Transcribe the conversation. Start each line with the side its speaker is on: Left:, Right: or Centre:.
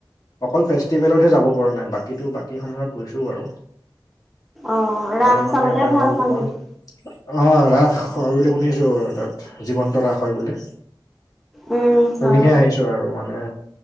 Left: অকল ফেষ্টিভেলতহে যাব পৰা নাই বাকীটো বাকী সময়ত গৈছো বাৰু।
Centre: অ ৰাস
Left: আৰু মানে
Centre: চাবলে
Left: এটা হ'ল
Centre: ভাল মাজুলী
Left: তোমাৰ অ ৰাস হয় বুলি শুনিছো তাত জীৱন্ত ৰাস হয় বোলে।
Centre: উম,
Left: শুনিহে
Centre: হয়
Left: আহিছো আৰু। মানে